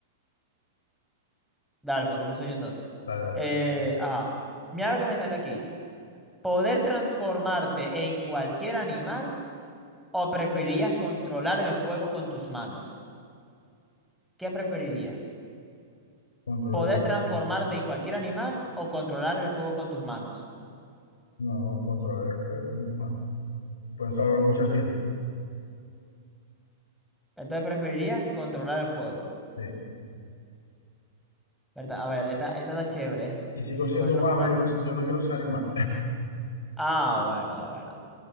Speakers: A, in the centre; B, on the left.
A: Dale, pues comienzo yo entonces.
B: Dale, dale.
A: Eh, ajá. Mira lo que me salió aquí. ¿Poder transformarte en cualquier animal o preferirías controlar el fuego con tus manos? ¿Qué preferirías?
B: Controlar
A: Poder
B: el,
A: transformarte en cualquier animal o controlar el fuego con tus manos.
B: no, controlar el fuego, mis manos. Pueden salvar muchas vidas.
A: Entonces preferirías controlar el fuego,
B: Sí.
A: ¿verdad? A ver, esta, esta está chévere.
B: Y sigo siendo
A: Poder transformarte.
B: humano, yo no, yo no quiero ser animal.
A: Ah, bueno, bueno.